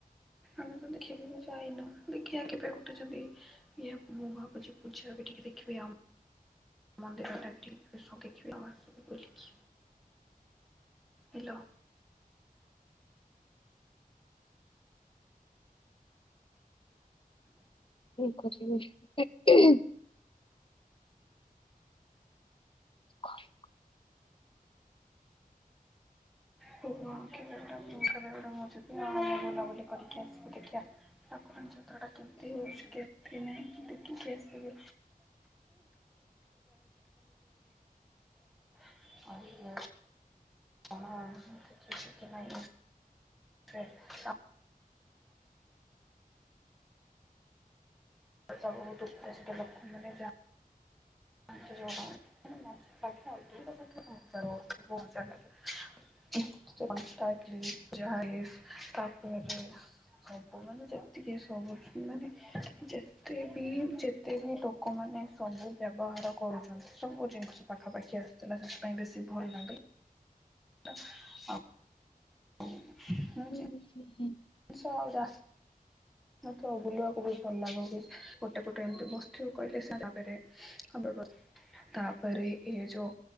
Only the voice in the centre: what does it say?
ଆମେ ତ ଦେଖିନୁ କି ଯାଇନୁ ଦେଖିବା କେବେ ଗୋଟେ ଯଦି ଇଏ ମୁଁ ଭାବୁଚି ଯୋଉ ପୂଜା ଦେଖିବି ଆଉ ଆମ ମନ୍ଦିରଟାକୁ ବି ଏଇ ସବ୍ ଦେଖିବି ଆଉ ଆସିବି ବୁଲିକି ହେଲୋ।
କେହି ନୁହଁ କିଲୋମିଟର ପାଇଁ ମୁଁ ଯିବି ଆଉ ବୁଲାବୁଲି କରିକି ଆସିବି ଦେଖିବା। ଠାକୁରଙ୍କ ଚିତ୍ର ଟା କେମିତି ହେଇଛି କେମତି ନାହିଁ ଦେଖିକି ଆସିବି। <unintelligible> <unintelligible> <unintelligible> <unintelligible> ହୁଁ ସେ କଣ୍ଟା କ୍ଲିପ୍ ଯାହା ହେଲେ ବି ତାପରେ ବି ସବୁ ମାନେ ଯେତିକି ସବୁ ମାନେ ଯେତେ ବି ଯେତେ ବି ଲୋକମାନେ ସବୁ ବ୍ୟବହାର କରୁଛନ୍ତି ସବୁ ଜିନିଷ ପାଖାପାଖି ଆସୁ ଥିଲା ସେଥିପାଇଁ ବେଶୀ ଭଲ୍ ଲାଗିଲା। ଆଉ। ମୁଁ ଯେମିତି।
<unintelligible> ମତେ ଆଉ ବୁଲିବାକୁ ବୋହୁତ୍ ଭଲ୍ ଲାଗେ ବି ଗୋଟେ ପଟେ ଏମିତି ବସିଥିବ କହିଲେ ସେରେ ଆସେ ଏଇଠିକି। <unintelligible> ଚୋରୀ ହେଇପାରେ ଏ ଯୋଉ